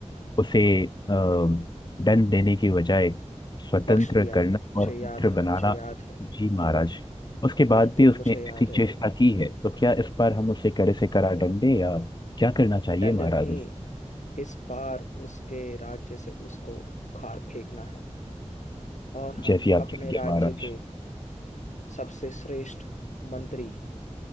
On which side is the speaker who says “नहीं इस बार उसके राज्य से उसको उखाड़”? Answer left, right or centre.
Left